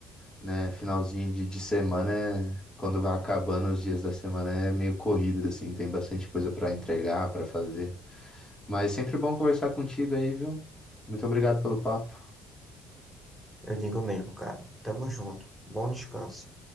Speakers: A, on the left; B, in the centre.
A: né? Finalzinho de, de semana, quando vai acabando os dias da semana, é meio corrido, assim, tem bastante coisa pra entregar, pra fazer. Mas é sempre bom conversar contigo aí, viu? Muito obrigado pelo papo.
B: Eu digo mesmo, cara. Tamo junto. Bom descanso.